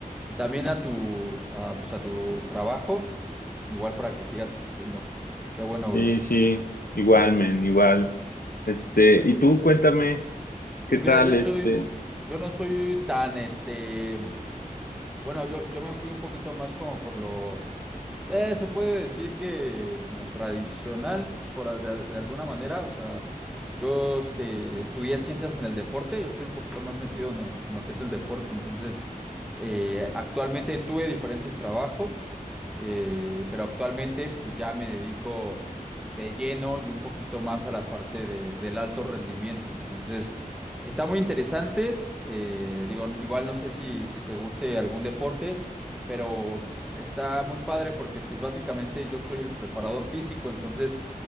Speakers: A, in the centre; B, on the left.
A: Y también a tu, a, pues a tu trabajo, igual para que sigas creciendo. Qué bueno, bro.
B: Sí, sí, igual, men, igual. Este, y tú cuéntame,
A: Pues
B: ¿qué tal
A: mira, yo
B: este?
A: soy, yo no soy tan, este, bueno, yo, yo me fui un poquito más como por lo Eh, se puede decir que como tradicional, por, a- de, de alguna manera, o sea, yo este, estudié ciencias en el deporte, yo estoy un poquito más metido en, en lo que es el deporte, entonces eh, actualmente tuve diferentes trabajos, eh, pero actualmente pues ya me dedico de lleno y un poquito más a la parte de- del alto rendimiento, entonces está muy interesante, eh, digo, igual no sé si, si te guste algún deporte pero está muy padre porque pues básicamente yo soy el preparador físico, entonces